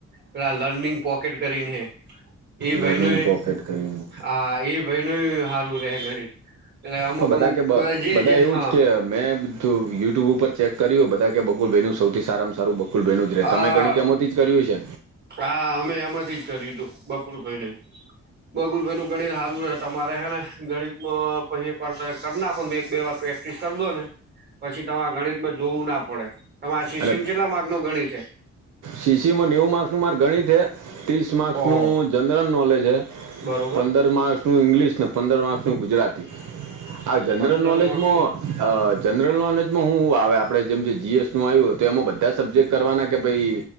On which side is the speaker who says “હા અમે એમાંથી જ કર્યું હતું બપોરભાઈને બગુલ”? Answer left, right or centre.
Right